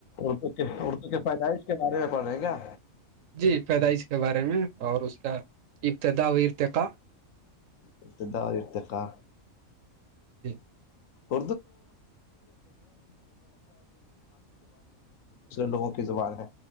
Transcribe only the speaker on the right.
جی پیدائش کے بارے میں اور اس کا ابتدا و ارتقا
جی